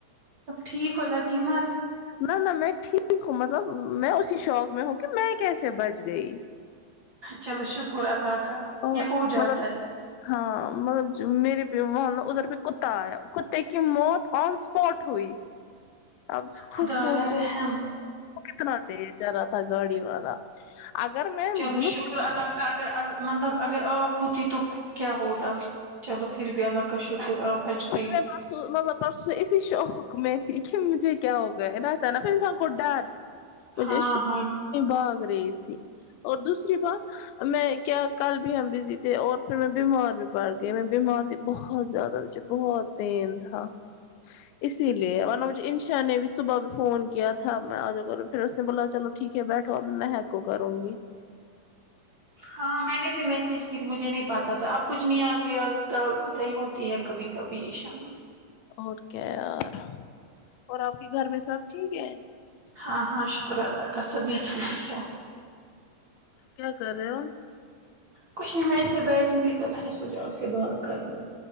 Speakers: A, on the right; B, on the left.
A: اب ٹھیک ہو لگی مت
B: نہ نہ میں ٹھیک ہوں مطلب میں اسی شوق میں ہوں کہ میں کیسے بچ گئی
A: چلو شکر اللہ کا
B: اور
A: یہ ہو جاتا
B: مطلب
A: ہے
B: ہاں مطلب میرے پے وہ ادھر پہ کتا آیا کتے کی موت آن سپاٹ ہوئی اب خود
A: خدایا
B: پہنچ
A: رحم
B: کتنا تز جا رہا تھا گاڑی والا اگر میں
A: چلو
B: مطلب
A: شکر اللہ کا اگر ال مطلب اگر آپ ہوتی تو تو کیا ہوتا چلو پھر بھی اللہ کا شکر آپ بچ گئی
B: پھر میں پرسوں مطلب پرسوں اسی شوق میں تھی کہ مجھے کیا ہو گیا رہتا نا پھر انسان کو ڈر مجھے
A: ہاں
B: شھ
A: ہاں
B: بھاگ رہی تھی اور دوسری بات میں کیا کل بھی ہم بزی تھے اور پھر میں بیمار بھی پڑ گئی میں بیمار بھی بہت زیادہ بہت پین تھا اسی لیے ورنہ مجھے انشا نے بھی صبح بھی فون کیا تھا میں آ جا کرا پھر اس نے بولا چلو ٹھیک ہے بیٹھو اب میھک کو کروں گی
A: ہاں میں نے بھی میسج کی تھی مجھے نہیں پتا تھا اب کچھ نیاز ویاز ڈال تھا تی ہے کبھی کبھی یہ شامت
B: اور کیا یار اور آپ کے گھر میں سب ٹھیک ہے
A: ہاں ہاں شکر اللہ کا سبھی ٹھیک ہے
B: کیا کر رہے ہو
A: کچھ نہیں میں ایسے بیٹھی تھی تو میں نے سوچا آپ سے بات کرلوں